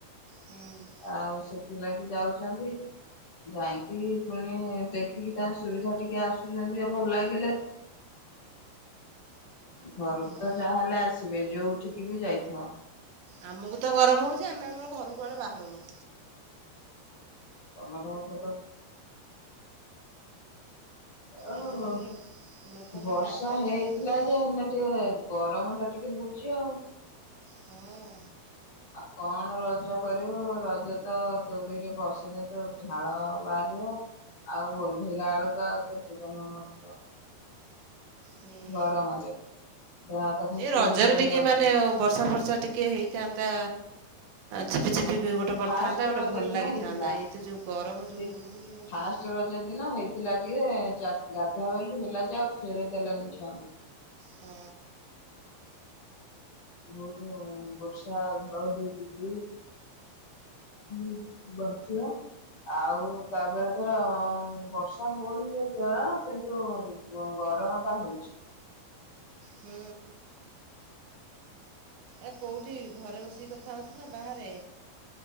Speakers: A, on the right; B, on the left.
A: ହୁଁ
B: ଆଉ ସେଥିଲାଗି ଯାଉଛନ୍ତି। ଯାଇକି ପୁଣି ଦେଖିକି ତା ସୁବିଧା ଟିକେ ଆସୁଛନ୍ତି ଆ ଭଲ ଲାଗିଲେ ଘରକୁ ତ
A: ଆ,
B: ଯାହାହେଲେ ଆସିବେ ଯୋଉଠିକି ବି ଯାଇଥାଅ।
A: ଆମକୁ ତ ଗରମ ହଉଛି ଆମେ ଆମର ଘର କୁଆଡେ ବାହାରୁନୁ।
B: ତମର <unintelligible> ଓ
A: ଆମେ
B: ହୋ
A: ଖାଲି ଲୋ- ଲୋକ
B: ବର୍ଷା
A: ସବୁ ରାସ୍ତାରେ
B: ହେଇଥିଲା
A: ଯାଉଛନ୍ତି
B: ଯେ ହେଲେ ଟିକେ ଗରମ ଟା ଟିକେ ହଉଛି ଆଉ।
A: ହଁ।
B: ଆଉ କଣ ରଜ କରିବୁ ରଜ ତ ଦୋଳିରେ ବସିଲେ ତ ଝାଳ ବାହାରିବ ଆଉ ଓଲେହିଲା ବେଳକୁ ଆଉ ତ ଜୀବନ ନଥିବ।
A: ହୁ।
B: ଗରମରେ ଦେହ ହାତ ଖାଲି
A: ରଜରେ
B: ପୋଡି ଜଳି
A: ଟିକେ
B: ଯାଉଛି।
A: ମାନେ ବର୍ଷା ବର୍ଷା ଟିକିଏ ହେଇଥାନ୍ତା ଝିପିଝିପି ଗୋଟେ କରିଥାନ୍ତା
B: ଫାଷ୍ଟ
A: ଗୋଟେ
B: ରଜ
A: ଭଲ
B: ଦିନ
A: ଲାଗିଥାନ୍ତା
B: ହେଇଥିଲା।
A: ଇଏ ତ ଯୋଉ ଗରମ ଯୋଉ
B: ସେଇ
A: ଗୁଳୁଗୁଳି ହଉଛି
B: ଫାଷ୍ଟ ରଜ ଦିନ ହେଇଥିଲା ଟିକେ ଗାଧୁଆ ବଲୁ ହେଲା ଯେ ଆଉ ଖେଳିଦେଲାନି ଛୁଆଙ୍କୁ।
A: ହୁଁ।
B: ବହୁତ ବର୍ଷା ଘଡଘଡି ବିଜଳି ହୁଁ ବସିବା। ଆଉ ତାପରେ ତ ବର୍ଷା ହଉନି ଯଦି କିନ୍ତୁ ଗରମ ଟା ହଉଛି।
A: ହୁଁ। ଆ କୋଉଠି ଘରେ ବସିକି କଥା ହଉଛୁ ନା ବାହାରେ?